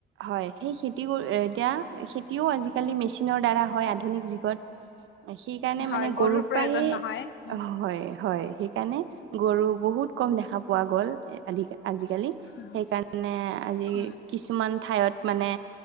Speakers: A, on the right; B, on the left.
A: হয়, সেই খেতি এতিয়া খেতিও আজিকালি মেচিনৰ দ্বাৰা হয় আধুনিক যুগত। সেইকাৰণে
B: হয়
A: মানে
B: গৰুৰ
A: গৰু
B: প্ৰয়োজন
A: প্ৰায়ে
B: নহয় উম
A: হয়, হয় সেইকাৰণে গৰু বহুত কম দেখা পোৱা গ'ল আ আজিকালি।
B: উম
A: সেইকাৰণে আজি
B: উম
A: কিছুমান ঠাইত মানে